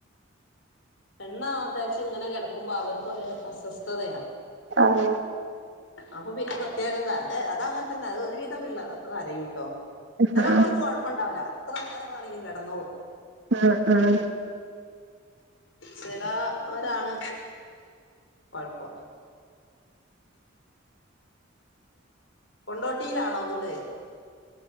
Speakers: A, on the left; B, on the right.
A: എണ്ണാ തേച് ഇങ്ങനെ കിടക്കുമ്പോ അവർക്ക് ഒരു അസ്വസ്ഥതയാ
B: ആഹ്.
A: അപ്പൊ പിന്നെ പ്രത്യേകം ക അതെ അത അങ്ങനെ തന്നെ ഒരു വിധം പിള്ളരൊക്കെ കരയൂട്ടോ ചെല
B: ആഹ്
A: പിള്ളർക്ക് കൊഴപ്പണ്ടാവുല്ല എത്ര നേരം വേണെലും കിടന്നോളും
B: അഹ് അഹ്
A: ചെലാ ഒരാണ് കൊഴപ്പം കൊണ്ടോട്ടീലാണോ വീട്